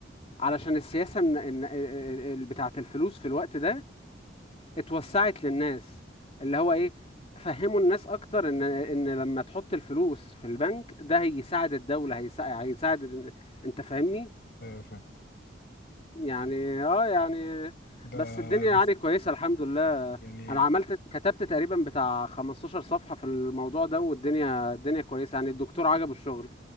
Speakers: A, on the left; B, on the left.
A: علشان السياسه إن إن- ال- ال- بتاعه الفلوس في الوقت ده اتوسعت للناس اللي هو ايه فهموا الناس اكتر ان ان لما تحط الفلوس في البنك ده هيساعد الدولة هيساعد, هيساعد ال- انت فاهمني
B: ايوه فاهم
A: يعني اه يعني
B: ده
A: بس الدنيا
B: بس
A: يعني كويسة الحمد لله
B: يعني
A: انا عملت كتبت تقريبا بتاع 15 صفحة في الموضوع ده والدنيا الدنيا كويسة يعني الدكتور عجبه الشغل